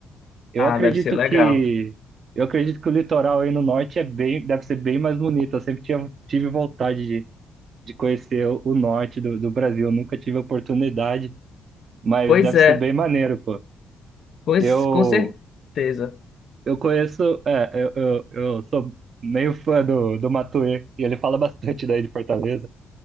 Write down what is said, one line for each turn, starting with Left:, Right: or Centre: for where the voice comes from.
Right: Eu
Left: Ah,
Right: acredito
Left: deve ser legal.
Right: que. Eu acredito que o litoral aí no norte é bem, deve ser bem mais bonito. Eu sempre tinha, tive vontade de, de conhecer o, o norte do, do Brasil. Eu nunca tive a oportunidade, mas
Left: Pois
Right: deve
Left: é,
Right: ser bem maneiro, pô.
Left: pois,
Right: Eu,
Left: com certeza.
Right: Eu conheço, é, eu, eu, eu sou meio fã do, do Matuê, e ele fala bastante daí de Fortaleza,